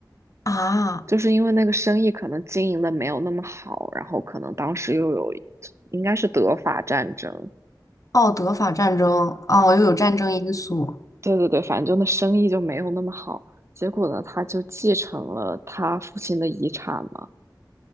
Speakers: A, on the left; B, on the right.
A: 啊，
B: 就是因为那个生意可能经营的没有那么好，然后可能当时又有应该是德法战争，
A: 奥德法战争哦，又有战争因素。
B: 对对对，反正就那生意就没有那么好。结果呢，他就继承了他父亲的遗产嘛。